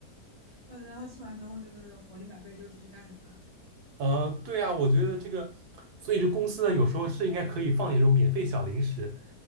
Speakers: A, on the left; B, on the right.
A: <laughs> 呃，然后吃完之后就是活力百倍，就继续干了。<laughs>
B: 嗯、对啊，我觉得这个，所以这公司呢，有时候是应该可以放点这种免费小零食